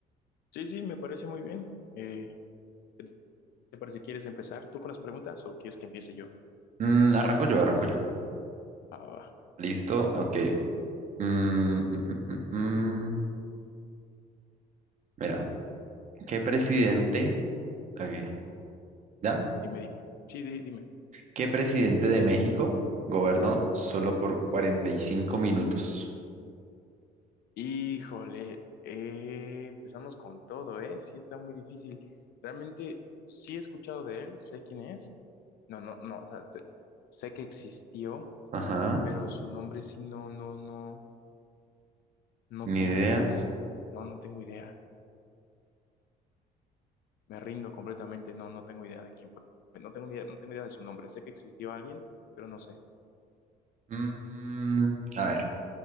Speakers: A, on the left; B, on the right.
A: Sí, sí, me parece muy bien. Eh, ¿qué ¿te parece? ¿Quieres empezar tú con las preguntas o quieres que empiece yo?
B: Mm, arranco yo, arranco yo.
A: Va, va, va.
B: Listo, ok. Mm, mm, mm, mm, mm. Mira. ¿Qué presidente?
A: Te espero, te espero.
B: ok, ¿ya?
A: Dime, dime. Sí, di- dime.
B: ¿Qué presidente de México gobernó solo por 45 minutos?
A: Híjole, eh, empezamos con todo, ¿eh? Sí, está muy difícil. Realmente sí he escuchado de él, sé quién es. No, no, no, o sea, sé, sé que existió,
B: Ajá,
A: pero su nombre sí no, no, no, no tengo,
B: ni idea.
A: no, no tengo idea. Me rindo completamente, no, no tengo idea de quién fue. No tengo ni idea, no tengo idea de su nombre. Sé que existió alguien, pero no sé.
B: Mm, a ver,